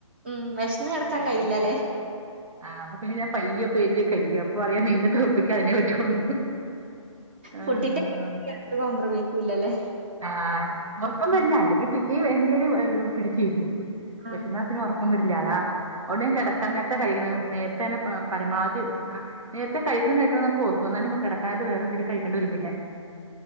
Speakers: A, on the right (about 20°); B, on the right (about 80°).
A: ഉം വെശന്ന് കെടക്കാൻ
B: അതെ
A: കഴിയില്ലല്ലേ
B: ആ അപ്പൊ പിന്നെ ഞാൻ പയ്യെ <unintelligible> കഴിക്കും പറയാ നീന്റെ ത ഒപ്പിക്ക അതിനെ പറ്റോളു ആഹ
A: ഫുഡിന്റെ യാതൊരു കോംപ്രമൈസും ഇല്ലല്ലേ
B: ആ ഒർക്കം വരില്ല
A: ഉം
B: അല്ലെങ്കി പി <unintelligible> പിടിച്ചിരിക്കും വെഷന്നാ
A: ആഹ്
B: പിന്നെ ഒറക്കം വെര്ല്ല അതാ അവിട കിടക്കാൻ നേരത്തെ കഴിക്കണം നേരത്തെ തന്നെ പരമാവധി നേരത്തെ കഴിക്കണം കഴിക്കണക്കെ ഓർക്കും എന്നാലും കിടക്കാന വറെ എന്തങ്കും കഴിക്കേണ്ടി വരും പിന്നെ